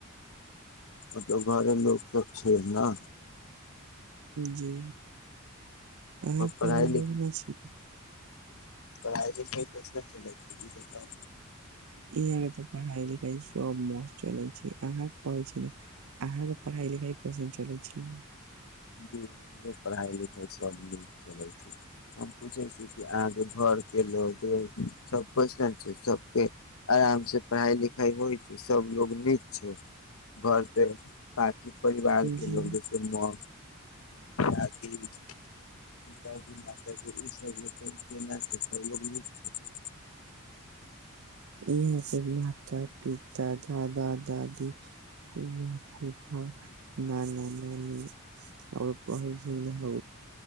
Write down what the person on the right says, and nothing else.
जी अह घर
मे लोग न छी।
यह के तऽ पढ़ाई लिखाई सब मस्त चले छै, अहाँ कहै छै ने। अहाँके पढ़ाइ लिखाइ कशन चल छल।
जी
इहऽ माता-पिता, दादा-दादी। फुआ-फूफा, नाना-नानी। आओ कह छै ने हौ।